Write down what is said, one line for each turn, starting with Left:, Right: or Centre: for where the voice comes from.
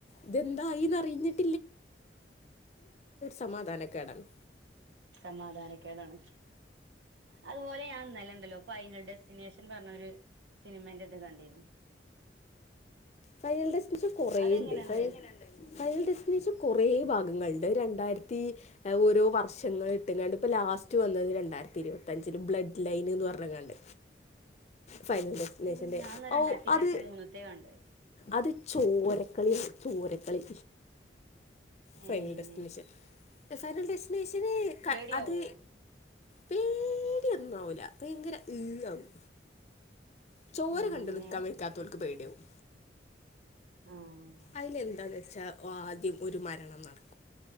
Left: ഇതെന്തായി അറിഞ്ഞിട്ട് സമാധാനക്കേടാണ്
Right: സമാധാനക്കെടാണ് അതുപോലെ ഞാൻ ഇന്നലെ ഉണ്ടല്ലോ ഫൈനൽ ഡെസ്റ്റിനേഷൻ പറഞ്ഞ ഒരു സിനിമന്റെ ഇത് കണ്ടിനു
Left: ഫൈൽഡ്ഡ്സ് ഇച്ച് കുറേണ്ട്
Right: അതെങ്ങനെയുണ്ട്
Left: ഫൈൽ ഡെസ്റ്റിനേഷൻ കുറ ഭാഗങ്ങളുണ്ട് രണ്ടായിരത്തി ഓരോ വർഷങ്ങൾ ഇട്ട് കാണ്ട് ഇ ലാസ്റ്റ് വന്നത് രണ്ടായിരത്തി ഇരുപത്തി ത്തഞ്ചന് ബ്ലഡ് ലൈൻ എന്ന് പറഞ്ഞങ്ങാണ്ട് ഫൈനൽ ഡെസ്റ്റിനേഷന്റെ
Right: ഉം ഞാൻ എന്നാ രണ്ടായിരത്തി
Left: ഓഹ്
Right: ഇരുപത്തി
Left: അത്
Right: മൂന്നത്തെ കണ്ടത്
Left: അത് ചോരക്കളിയാണ് ചോരക്കളി ഫൈൽ
Right: ഏഹ്
Left: ഡെസ്റ്റിനേഷൻ ഫൈനൽ ഡെസ്റ്റിനേഷന്
Right: പേടിയാവോ
Left: അത് പേടി ഒന്നാവൂല ഭയങ്കരഈ ആവും ചോര
Right: ഏഹ്
Left: കണ്ടു
Right: അങ്ങനെയാ
Left: നിൽക്കാൻ വെയ് ക്കാത്തവർക്ക് പേടിയവും
Right: ആഹ്
Left: അതിലെന്താന്ന് വെച്ചാൽ ആദ്യം ഒരു മരണം നടക്കും